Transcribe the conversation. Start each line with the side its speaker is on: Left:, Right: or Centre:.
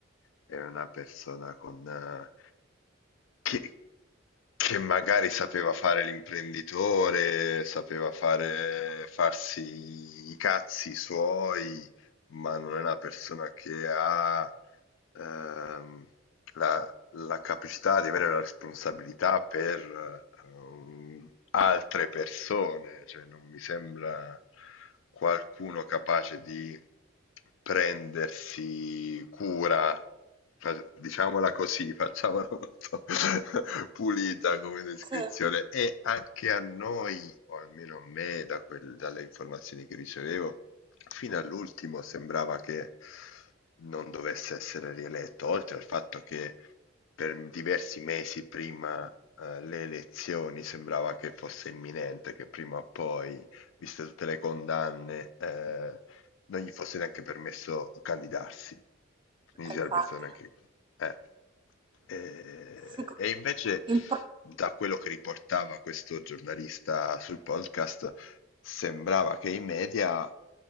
Left: è una persona con, eh, che, che magari sapeva fare l'imprenditore, sapeva fare, farsi i cazzi suoi, ma non è una persona che ha ehm, la, la capacità di avere la responsabilità per ehm, altre persone, cioè non mi sembra qualcuno capace di prendersi cura, fa- diciamola così, facciamola molto <laughs> pulita come descrizione.
Right: Sì, eh,
Left: E anche a noi, o almeno a me, da quel- dalle informazioni che ricevevo, Fino all'ultimo sembrava che non dovesse essere rieletto, oltre al fatto che per diversi mesi prima eh, le elezioni sembrava che fosse imminente, che prima o poi, viste tutte le condanne, eh, non gli fosse neanche permesso candidarsi. Quindi
Right: infatti.
Left: sarebbe stato neanche... eh. Eh,
Right: Seco-
Left: E invece,
Right: il pro-
Left: da quello che riportava questo giornalista sul podcast, sembrava che i media